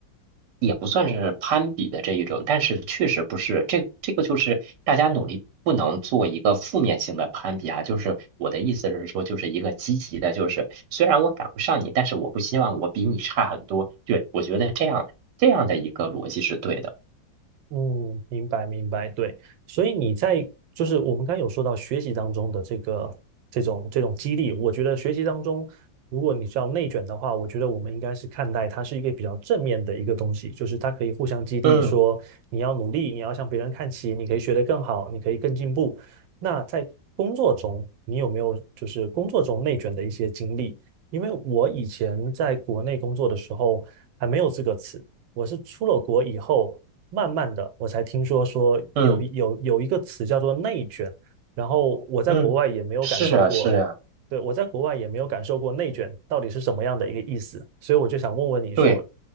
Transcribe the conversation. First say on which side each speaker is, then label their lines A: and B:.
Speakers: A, on the right; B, on the right.
A: 也不算是攀比的这一种，但是确实不是这这个就是大家努力不能做一个负面性的攀比啊。就是我的意思是说，就是一个积极的，就是虽然我赶不上你，但是我不希望我比你差很多。对，我觉得这样这样的一个逻辑是对的。
B: 嗯，明白明白，对，所以你在就是我们刚刚有说到学习当中的这个这种这种激励，我觉得学习当中，如果你是要内卷的话，我觉得我们应该是看待它是一个比较正面的一个东西，就是它可以互相激励，
A: 嗯
B: 说你要努力，你要向别人看齐，你可以学得更好，你可以更进步。那在工作中，你有没有就是工作中内卷的一些经历？因为我以前在国内工作的时候还没有这个词。我是出了国以后，慢慢的，我才听说说有有有一个词叫做内卷，
A: 嗯。
B: 然后我在国外也没有感受过，
A: 嗯，是啊，是啊，
B: 对，我在国外也没有感受过内卷到底是什么样的一个意思，所以我就想问问你说，
A: 对，